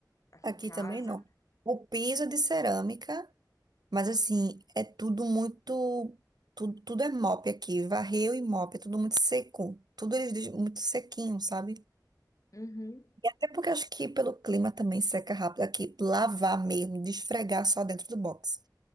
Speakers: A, on the left; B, on the right.
A: Aqui
B: Aqui
A: em casa.
B: também não. O piso é de cerâmica, mas assim, é tudo muito. Tudo, tudo é mop aqui. Varreu e mop, é tudo muito seco. Tudo eles dizem muito sequinho, sabe?
A: Uhum.
B: E até porque acho que pelo clima também seca rápido aqui. Lavar mesmo, desfregar só dentro do box.